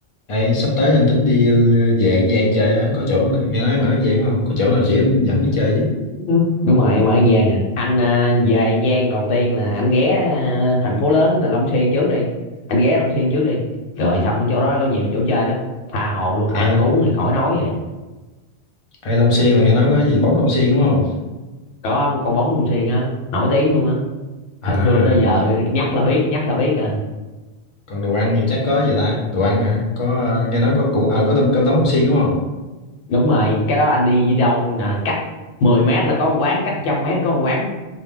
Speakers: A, on the left; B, on the left.
A: Ê, sắp tới anh tính đi ờ, dạng dạng chơi á có chỗ nào, nghe nói em ở dạng không có chỗ nào chỉ anh dẫn đi chơi với
B: Ừ, đúng rồi em ở An Giang nè anh à, về An Giang đầu tiên là anh ghé à, thành phố lớn là Long Xuyên trước đi anh ghé Long Xuyên trước đi rồi xong chỗ đó có nhiều chỗ chơi lắm tha hồ luôn
A: à
B: ăn uống thì khỏi nói rồi
A: hay Long Xuyên là nghe nói có gì bóng Long Xuyên đúng không
B: có con bóng Long Xuyên á nổi tiếng luôn á
A: à,
B: thời xưa tới giờ
A: à
B: nhắc là biết nhắc là biết à
A: còn đồ ăn thì chắc có gì ta đồ ăn hả có ờ, nghe nói có củ ờ có tôm cơm tấm Long Xuyên đúng không
B: đúng rồi cái đó anh đi đâu là cách 10 mét là có một quán cách trăm mét có một quán